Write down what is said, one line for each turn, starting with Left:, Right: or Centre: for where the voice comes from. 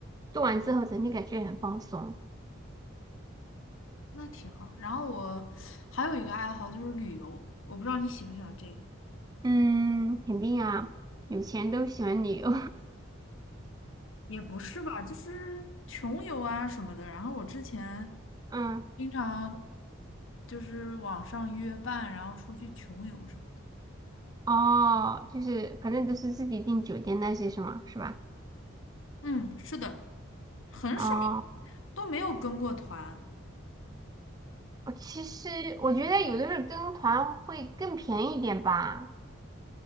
Right: 做完之后整体感觉很放松。
Left: 那挺好。然后我还有一个爱好就是旅游，我不知道你喜不喜欢这个。
Right: 嗯，肯定啊，有钱都喜欢旅游。
Left: 也不是吧，就是穷游啊什么的。然后我之前
Right: <laughs> 嗯，
Left: 经常就是网上约伴，然后出去穷游什么的。
Right: 哦，就是反正都是自己订酒店那些是吗？是吧？
Left: 嗯，是的，很少
Right: 哦。
Left: 都没有跟过团，
Right: 我其实我觉得有的时候跟团会更便宜一点吧。